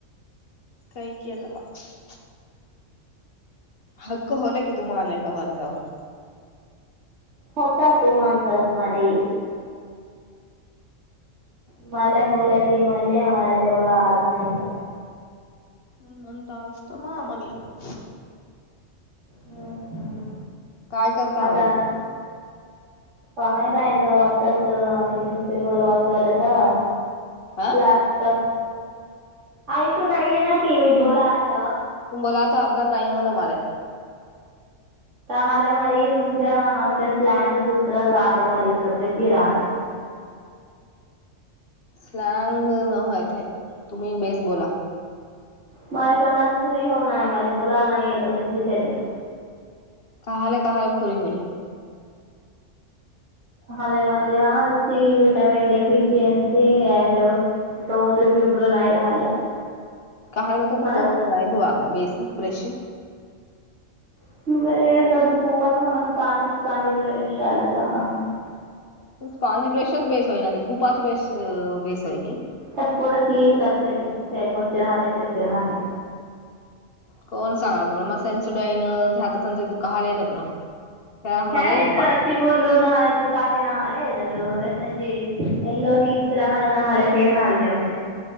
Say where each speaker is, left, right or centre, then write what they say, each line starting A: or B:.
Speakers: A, on the left; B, on the right.
A: कही कत मा <unintelligible> हक्क होल की तुम्हा आलाय का वरता <unintelligible>
B: होता तू म्हणता तुमारी <unintelligible> मल होलाकी मल म द एवळ आनयत <unintelligible>
A: मणमंत असस्तमा मले <unintelligible>
B: हम्म हम्म
A: काय करता
B: आता
A: मग तुम्ही
B: काय नाही तो आताच न्यूजपेपर वाचवला तर
A: हा
B: लास्ट ऐकून नाहीे ना कि मी बोला आज
A: तुबलाचा आजदार नाही हो ना मला <unintelligible>
B: हलंय मारी तुमच्या आमच्या स्लँग दुसर्या राहतय म सते ती राहत <unintelligible>
A: स्ल नय ते तुमही बेस बोला <unintelligible>
B: मला्या तोंडात फुरी होऊन आहे मझ बोलाला नाही येतं तशीच येते <unintelligible>
A: काले काले फुरी होल <unintelligible>
B: ले मल सी विटमिन डेफिशिएनसी अ <unintelligible> तोंड शुभ्र नाही राहिल्या
A: काल म तु
B: मला
A: तोड ध आक बेसन ब्रश
B: <unintelligible>
A: स्पांज ब्रशच बेस होई ना ते खूपाच बेस्ट बेस आहेय की. <unintelligible>
B: त्यात पोर क्लीन करतेती त्यात काशी राहत्यात तशी राहत्या
A: कोण सांगायल तुमाला मग सेन्सुडायन याचे दात का हालायलेत मग? त्या आम्हाला
B: ठेव हितच.
A: पा-
B: शिगुर्ल ना दुखायचे ना येलो तिथ राहाला नाहाला जमते